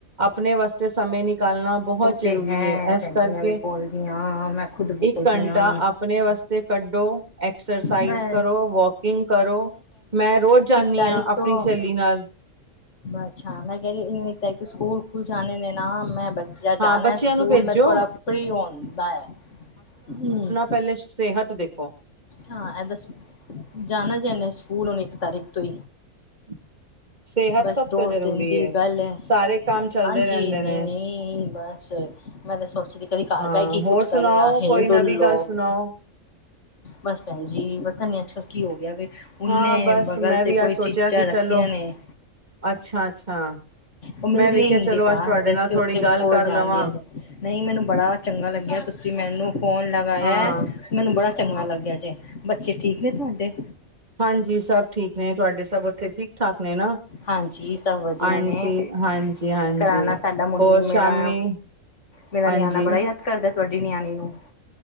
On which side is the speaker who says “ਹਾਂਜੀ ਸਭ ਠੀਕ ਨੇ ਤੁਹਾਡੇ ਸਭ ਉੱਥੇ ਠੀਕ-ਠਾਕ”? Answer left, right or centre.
Right